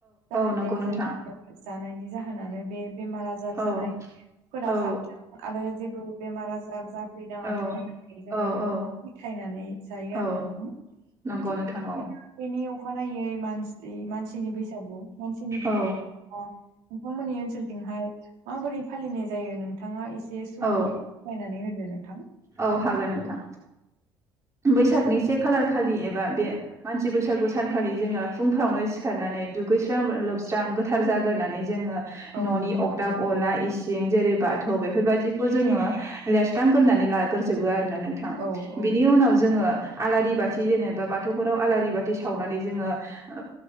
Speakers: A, on the right; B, on the right.
A: जाहाथे
B: नंगौ नोंथां
A: जोङो जानायनि जाहोनानो बे बेमार आजार
B: औ
A: जानाय फोरा
B: औ
A: खारथों आरो जेबो बेमार आजार जाफैनाङा
B: औ
A: थों जोङो
B: औ
A: फथायनानै जायो आरो
B: औ
A: नोंखौ
B: नंगौ
A: थिग
B: नोंथां
A: बे नि अखानायै मान मानसिनि बैसागु मानसिनि बैसागु
B: औ
A: नोंथांमोननि ओनसोलथिंहाय माबोरै फालिनाय जायो नोंथाङा इसे सुंद'
B: औ
A: सायनानै होदो नोंथां
B: औ हागोन नोंथां बैसागनि से खालार खालि एबा बे मानसि बैसागु सानखालि जोङो फुंफ्रावनो सिखारनानै दुगैस्रां लोबस्रां गोथार जाग्रोननानै जोङो
A: औ
B: न'नि
A: नंगौ
B: अरदाब अला इसिं जेरै बाथौ बेफोरबायदिखौ जोङो ले हांग्रोनानै लाग्रोजोबो आरोना नोंथां
A: औ औ
B: बिनि उनाव जोङो आलारि बाथि जेनेबा बाथौफोराव आलारि बाथि सावनानै जोङो ओ